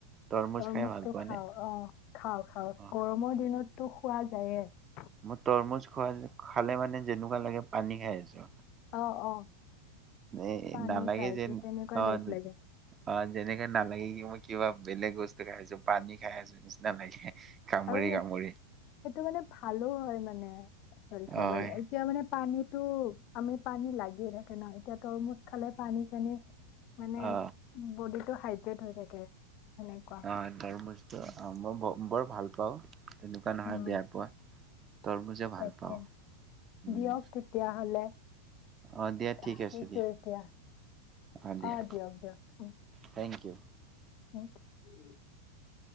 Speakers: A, on the right; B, on the left.
A: তৰমুজ
B: তৰমুজটো
A: খাই ভাল পোৱা
B: খাওঁ
A: নে
B: অ খাওঁ খাওঁ
A: অ
B: গৰমৰ দিনততো হোৱাদ তে
A: মই তৰমুজ খোৱা খালে মানে যেনেকুৱা লাগে পানী খাই আছো
B: অ অ
A: এই
B: পানী
A: নালাগে
B: খাই
A: যেন
B: যে তেনেকুৱা
A: অ
B: টাইপ লাগে
A: অ যেনেকে নালাগে কি মই কিবা বেলেগ বস্তু খাই আছো পানী খাই আছো নিচিনা লাগে কামুৰি
B: আৰু ই
A: কামুৰি
B: সেইটো মানে ভালো হয় মানে হেলথ
A: হয়
B: ৰ মানে এতিয়া মানে পানীত টো আমি পানী লাগিয়ে থাকে ন এতিয়াতো অলপ খালে পানী চানী মানে
A: অ
B: বডিত টো সহায়ক হৈ থাকে সেনেকুৱা।
A: অ তৰমুজ টো ভাল পাওঁ তেনেকুৱা নহয়
B: উম
A: বেয়া পোৱা তৰমুজে ভাল
B: তাকে
A: পাওঁ। উম
B: দিয়ক তেতিয়াহ'লে
A: অ দিয়া ঠিক
B: ৰাখিছোঁ
A: আছে দিয়া
B: এতিয়া
A: অ দিয়া
B: অঁ দিয়ক দিয়ক
A: থেংক ইউ
B: <unintelligible>